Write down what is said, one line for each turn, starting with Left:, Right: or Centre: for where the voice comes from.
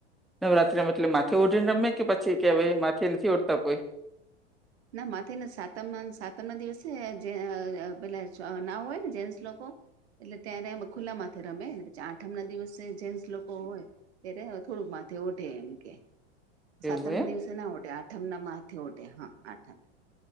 Centre: નવરાત્રી મતલબ માથે ઓઢીને રમે કે પછી કહેવાય માથે નથી ઓઢતા કોઈ
Right: ના માથે ને સાતમ સાતમ ના દિવસે જે અ પેલા ના હોય ને જેન્સ લોકો એટલે ત્યારે અમે ખુલ્લા માથે રમે પછી આઠમ ના દિવસે જેન્સ લોકો હોય ત્યારે હવે થોડુંક માથે ઓઢે એમ કે. સાતમ
Centre: એવું
Right: ના
Centre: એમ
Right: દિવસે ના ઓઢે આઠમ ના માથે ઓઢે હા આઠમ